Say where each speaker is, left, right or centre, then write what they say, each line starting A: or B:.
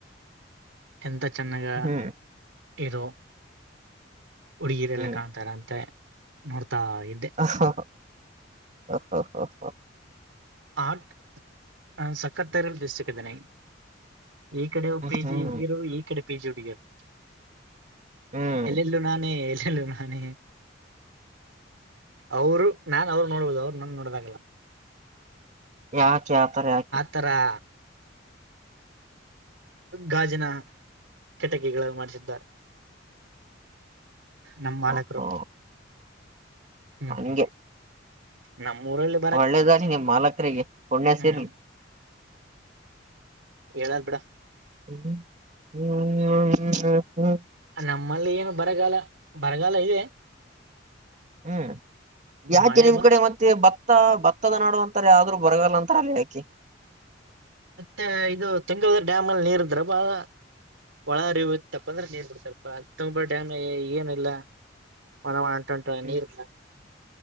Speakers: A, on the right; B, on the right.
A: ಹೆಂತ ಚೆನ್ನಾಗ
B: ಹ್ಮ್
A: ಇದು. ಹುಡುಗೀರೆಲ್ಲ
B: ಹ್ಮ್
A: ಕಾಣ್ತಾರಂತೆ ನೋಡ್ತಾ ಇದ್ದೆ.
B: ಹ ಹ ಹ ಹಾ ಹಾ ಹಾ
A: ಹಾಟ್ ನಾನ್ ಸಕ್ಕತೇರಲ್ ಬಿಸಕೀದೀನಿ. ಈ ಕಡೆಯು ಪಿ
B: ಹ್ಮ್
A: ಜಿ ಹುಡುಗಿಯರು ಈ ಕಡೆ ಪಿ ಜಿ ಹುಡ್ಗ್ಯರು.
B: ಹ್ಮ್
A: ಎಲ್ಲೆಲ್ಲೂ ನಾನೇ ಎಲ್ಲೆಲ್ಲೂ ನಾನೇ. ಅವರು ನಾನ್ ಅವ್ರು ನೋಡ್ಬೋದು ಅವ್ರು ನನ್ನ ನೋಡ್ದಾಗಲ್ಲ.
B: ಯಾಕೆ ಆತರ ಯಾಕೆ.
A: ತರಾ ಗಾಜಿನ ಕೆಟಕಿಗಳು ಮಾಡ್ಸಿದ್ದಾರೆ. ನಮ್ ಮಾಲಕ್ರು
B: ಓಹೋ
A: ಹ್ಮ್
B: ಹಂಗೆ
A: ಹ್ಮ್ ನಮ್ಮೂರಲ್ಲ
B: ಒಳ್ಳೇದಾರಿ ನಿಮ್ ಮಾಲಕರಿಗೆ ಪುಣ್ಯ
A: ಹ್ಮ್
B: ಸೀರಲೀ.
A: ಹೇಳಲ್ ಬಿಡ.
B: ಹ್ಮ ಹ್ಮ ಹ್ಮ <unintelligible>
A: ನಮ್ಮಲ್ಲಿ ಏನು ಬರಗಾಲ ಬರಗಾಲ ಇದೆ.
B: ಹ್ಮ್ ಯಾಕೆ
A: ಮಳೆ
B: ನಿಮ್
A: ಬ
B: ಕಡೆ ಮತ್. ತ್ತೆ ಭತ್ತ ಭತ್ತದ ನಾಡು ಅಂತಾರ ಆದ್ರು ಬರಗಾಲ್ ಅಂತಾರಲ ಯಾಕೆ.
A: ಮತ್ತೆ ಇದು ತಿಂಗಳದ ಡ್ಯಾಮಲ್ಲಿ ನೀರ್ ಇದ್ರ ಬಾಳ. ಒಳ ಹರಿವು ಇತ್ತಪ್ಪಂದ್ರ ನೀರ್ ಬಿಡ್ತಾರಪ್ಪ ತುಂಬ ಡ್ಯಾಮ ಏನ ಇಲ್ಲ. ಒನ ಒಂಟೊಂಟ
B: ಹ್ಮ್
A: ನೀರ್ ಇಲ್ಲ್